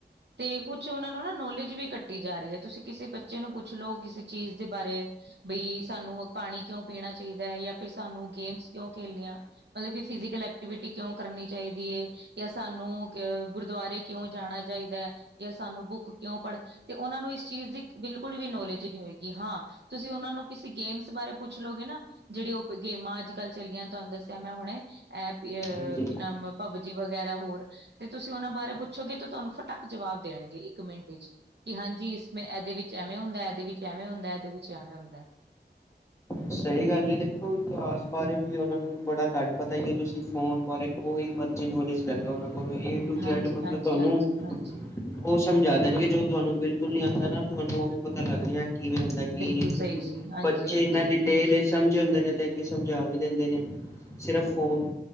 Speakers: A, on the right; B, on the left.
A: ਤੇ ਕੁਛ ਉਹਨਾਂ ਨੂੰ ਨਾਂ ਨੌਲੇਜ ਵੀ ਕੱਟੀ ਜਾ ਰਹੀ ਹੈ। ਤੁਸੀਂ ਕਿਸੇ ਬੱਚੇ ਨੂੰ ਪੁੱਛ ਲਓ ਕਿਸੇ ਚੀਜ਼ ਦੇ ਬਾਰੇ ਬਈ ਸਾਨੂੰ ਪਾਣੀ ਕਿਉਂ ਪੀਣਾ ਚਾਹੀਦਾ ਹੈ ਜਾਂ ਫਿਰ ਸਾਨੂੰ ਗੇਮਸ ਕਿਉਂ ਖੇਲਣੀਆਂ ਮਤਲਬ ਕਿ ਫਿਜ਼ੀਕਲ ਐਕਟੀਵਿਟੀ ਕਿਉਂ ਕਰਨੀ ਚਾਹੀਦੀ ਹੈ ਜਾਂ ਸਾਨੂੰ ਗੁਰਦੁਆਰੇ ਕਿਉਂ ਜਾਣਾ ਚਾਹੀਦਾ ਹੈ ਜਾਂ ਸਾਨੂੰ ਬੁੱਕ ਕਿਉਂ ਪੜ੍ਹ ਤੇ ਉਹਨਾਂ ਨੂੰ ਇਸ ਚੀਜ਼ ਦੀ ਬਿਲਕੁਲ ਵੀ ਨੌਲੇਜ ਨਹੀਂ ਹੋਏਗੀ ਹਾਂ। ਤੁਸੀਂ ਉਹਨਾਂ ਨੂੰ ਕਿਸੇ ਗੇਮਸ ਬਾਰੇ ਪੁੱਛ ਲਓਗੇ ਨਾ ਜਿਹੜੀ ਉਹ ਕੋਈ ਗੇਮਾਂ ਅੱਜ ਕੱਲ ਚਲੀਆਂ ਤੁਹਾਨੂੰ ਦੱਸਿਆ ਮੈਂ ਹੁਣੇ ਐਪ ਅ
B: ਹਾਂਜੀ
A: ਕੀ ਨਾਮ ਪਬਜੀ ਵਗੈਰਾ ਹੋਰ ਤੇ ਤੁਸੀਂ ਉਹਨਾਂ ਬਾਰੇ ਪੁੱਛੋਗੇ ਤੇ ਤੁਹਾਨੂੰ ਫਟਾਕ ਜਵਾਬ ਦੇਣਗੇ ਇੱਕ ਮਿੰਟ ਚ ਕਿ ਹਾਂਜੀ ਇਸ ਮੇਂ ਇਹਦੇ ਵਿੱਚ ਐਵੇਂ ਹੁੰਦਾ ਇਹਦੇ ਵਿੱਚ ਐਵੇਂ ਹੁੰਦਾ ਇਹਦੇ ਵਿੱਚ ਐਵੇਂ ਹੁੰਦਾ।
B: ਸਹੀ ਗੱਲ ਹੈ ਦੇਖੋ ਇਤਿਹਾਸ ਬਾਰੇ ਵੀ ਉਹਨਾਂ ਨੂੰ ਬੜਾ ਘੱਟ ਪਤਾ ਹੀ ਹੈ ਤੁਸੀਂ ਫੋਨ ਬਾਰੇ ਕੋਈ ਮਰਜੀ ਨੋਜ ਲੈ ਲੈ ਉਹਨਾਂ ਕੋਲੋਂ ਏ ਟੂ
A: ਹਾਂਜੀ,
B: ਜੈਡ ਮਤਲਬ
A: ਹਾਂਜੀ,
B: ਤੁਹਾਨੂੰ
A: ਹਾਂਜੀ, ਹਾਂਜੀ
B: ਉਹ ਸਮਝਾ ਦੇਣਗੇ ਜੋ ਤੁਹਾਨੂੰ ਬਿਲਕੁਲ ਨੀ ਆਉਂਦਾ ਨਾ ਤੁਹਾਨੂੰ ਉਹ ਵੀ ਪਤਾ ਲੱਗ ਰਿਹਾ। ਕਿਵੇਂ ਹੁੰਦਾ ਕੀ
A: ਬਿਲਕੁਲ
B: ਨਹੀਂ ਕਿਉਂਕਿ
A: ਸਹੀ ਜੀ ਹਾਂਜੀ,
B: ਬੱਚੇ
A: ਹਾਂਜੀ,
B: ਇਨਾ ਕ
A: ਹਾਂਜੀ।
B: ਸਮਝੇ ਹੁੰਦੇ ਨੇ ਤੇ ਅੱਗੇ ਸਮਝਾ ਵੀ ਦਿੰਦੇ ਨੇ ਸਿਰਫ ਫੋਨ